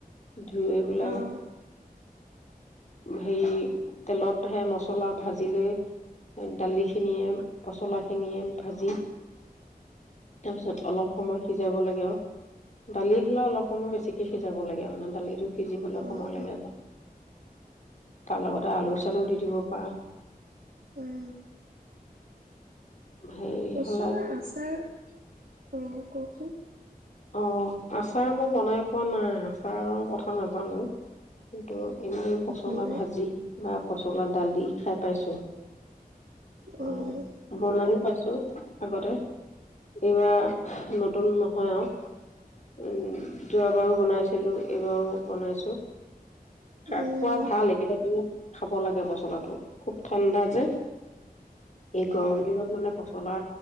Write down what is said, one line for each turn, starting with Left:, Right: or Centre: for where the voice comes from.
Left: ধুই পেলাই।
Right: অ',
Left: হেৰি তেলত সে মছলা ভাজি লৈ দালি খিনিয়ে পচলা খিনিয়ে ভাজি তাৰপিছত অলপ সময় সিজাব লাগে আৰু দালি হ'লে অলপ সময় বেছিকে সিজাব লাগে মানে দালিটো সিজিবলৈ
Right: অ',
Left: সময় লাগে আ তাৰ লগত এটা আলো চাউল উ ডি দিব পাৰা।
Right: উম।
Left: হেৰি
Right: পচলা
Left: হ'লে
Right: আচাৰ অ কওকচোন
Left: অ আচাৰ মই বনাই পোৱা নাই আচাৰৰ কথা নাজানো। কিন্তু এনেই পচলা
Right: বনাই
Left: ভাজি বা পচলা ডালি দি খাই পাইছো। অ
Right: উম,
Left: বনাই পাইছো আগতে এইবাৰ ন <unintelligible> নহয় আৰু উম যোৱাবাৰো বনাইছিলোঁ এইবাৰো বনাইছোঁ। খ
Right: উম,
Left: খোৱা ভাল <unintelligible> খাব লাগে পচলাটো খুব ঠাণ্ডা যে এই গৰম দিনত মানে পচলা